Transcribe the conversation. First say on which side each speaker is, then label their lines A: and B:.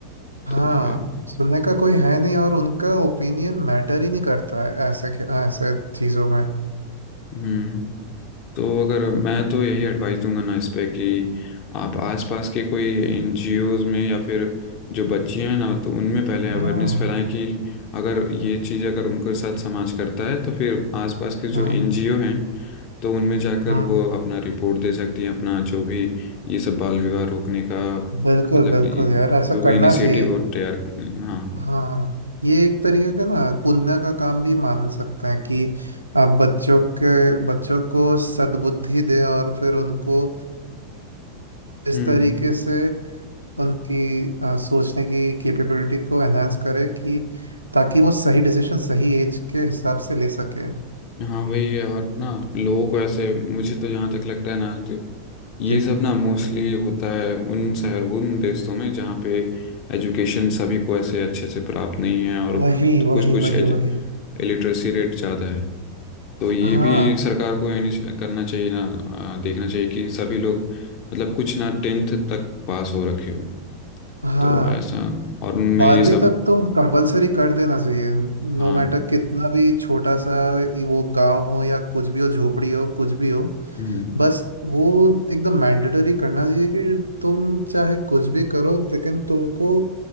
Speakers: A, on the right; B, on the left.
A: हाँ
B: तो फिर
A: सुनने का कोई है नहीं और उनका ओपिनियन मैटर ही नहीं करता है ऐसे ऐसे चीजों में
B: हम्म तो अगर मैं तो यही एडवाइस दूंगा ना इस पे कि आप आसपास के कोई एनजीओज में या फिर जो बच्चियां हैं ना तो उनमें पहले अवेयरनेस
A: हाँ
B: फैलाएं कि अगर ये चीज़ अगर उनके साथ समाज करता है तो फिर आसपास के जो
A: हाँ
B: एनजीओ हैं तो उनमें जाकर
A: हम्म
B: वो अपना रिपोर्ट दे सकती हैं अपना जो भी ये सब बाल विवाह रोकने का
A: बिल्कुल
B: मतलब
A: बिल्कुल
B: कि
A: यार ऐसा
B: जो भी
A: करना
B: इनिशिएटिव
A: चाहिए
B: वो तैयार हाँ
A: हाँ ये एक तरीके का ना पुण्य का काम भी मान सकते हैं कि आप बच्चों के बच्चों को सद्बुद्धि दें और फिर उनको इस
B: हम्म
A: तरीके
B: हम्म
A: से उनकी आ, सोचने की कैपेबिलिटी को एनहांस करें कि ताकि वो सही डिसीजन सही एज के हिसाब से ले सके
B: हाँ वही है और ना लोगों को ऐसे मुझे तो जहाँ तक लगता है ना तो ये
A: जी
B: सब ना मोस्टली होता है उन शहर उन देशों में जहाँ पे एजुकेशन सभी को ऐसे अच्छे से प्राप्त नहीं है और
A: वही
B: तो
A: वही
B: कुछ कुछ
A: वही वही
B: लिटरेसी रेट ज़्यादा है तो ये
A: हाँ
B: भी सरकार को इनिश- करना चाहिए ना आ, देखना चाहिए कि सभी लोग मतलब कुछ ना टेंथ तक पास हो रखे हो
A: हाँ
B: तो ऐसा और उनमें
A: बारहवीं
B: ये सब
A: तक तो कंपलसरी कर देना चाहिए
B: हाँ
A: नो मैटर कितना भी छोटा सा ये वो गांव हो या कुछ भी हो झोपड़ी हो कुछ भी हो
B: हम्म
A: बस वो एकदम मैंडेटरी करना चाहिए कि तुम चाहे कुछ भी करो लेकिन तुमको